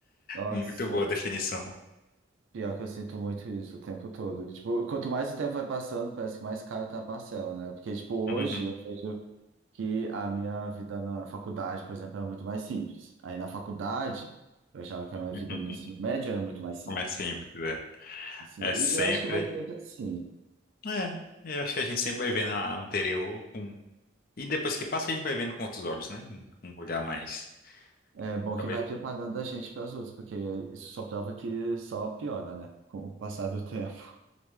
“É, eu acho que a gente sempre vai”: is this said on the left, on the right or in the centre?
Left